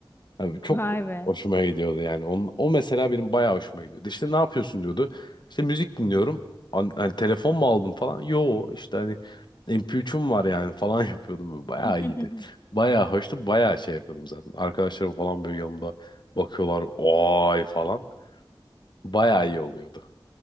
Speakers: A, on the left (about 55°); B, on the left (about 25°).
A: Abi çok
B: Vay be.
A: hoşuma gidiyordu yani. Onun, o mesela benim bayağı hoşuma gidiyordu. İşte ne yapıyorsun diyordu. İşte müzik dinliyorum. An- hani telefon mu aldım falan? Yo işte hani MP3'üm var yani falan <laughs> yapıyordum. Bayağı
B: <laughs>
A: iyiydi. Bayağı hoştu. Bayağı şey yapıyordum zaten. Arkadaşlarım falan böyle yanımda bakıyorlar. Oy falan. Bayağı iyi oluyordu.